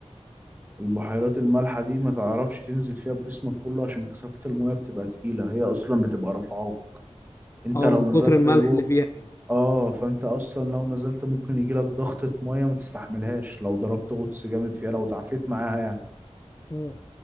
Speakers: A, on the right; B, on the left.
A: البحيرات المالحة دي ما تعرفش تنزل فيها بجسمك كله عشان كثافة المياه بتبقى تقيلة هي اصلا بتبقى رافعاك انت
B: اه
A: لو
B: من
A: نزلت
B: كتر الملح
A: جوه
B: اللي فيها يعني
A: اه فانت اصلا لو نزلت ممكن يجي لك ضغطة مية ما تستحملهاش لو ضربت غطس جامد فيها لو اتعافيت معاها يعني
B: مم.